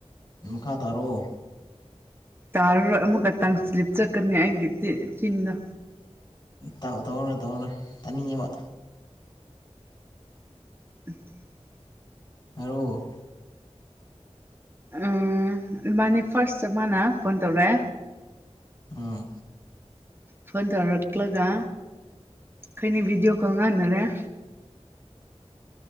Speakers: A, on the left; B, on the right.
A: ꯃꯈꯥ ꯇꯥꯔꯛꯑꯣ
B: ꯇꯥꯔꯔꯣꯏ ꯑꯃꯒ ꯇꯪꯁꯤ ꯂꯤꯞ ꯆꯠꯀꯅꯤ ꯑꯩꯒꯤ ꯆꯤꯟꯗ
A: ꯇꯧꯔꯔꯣꯏ ꯇꯧꯔꯔꯣꯏ ꯇꯥꯅꯤꯡꯉꯦꯕ
B: <inaudible>
A: ꯔꯣ
B: ꯎꯝ ꯃꯥꯅꯤ ꯐꯥꯔꯁ ꯆ ꯃꯥꯅ ꯐꯣꯟ ꯇꯧꯔꯦ
A: ꯎꯝ
B: ꯐꯟꯗꯔꯛꯂꯒ ꯈꯩꯅꯦ ꯚꯗꯤꯑꯣ ꯀꯉꯅꯅꯦꯦ